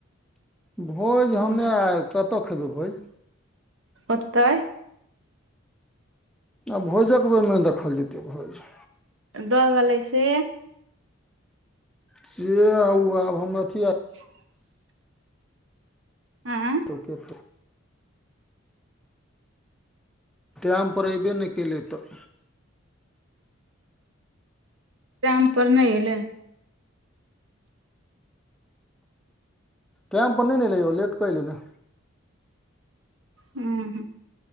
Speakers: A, in the centre; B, on the right.
A: भोज
B: हमरा
A: हमे आ कतऽ खेबै भोज।
B: ओतैय।
A: आब भोजक बेर मे ना देखल जेतै भोज।
B: दऽ गेलै से
A: से आउ आब हम अथी आर
B: <inaudible> आँ
A: <unintelligible> टाइम पर अऐबे नै केलै तऽ।
B: टाइम पर नै एलै।
A: टैम पर नै ने एलै ओ लेट के एलेै ने।
B: हूँ।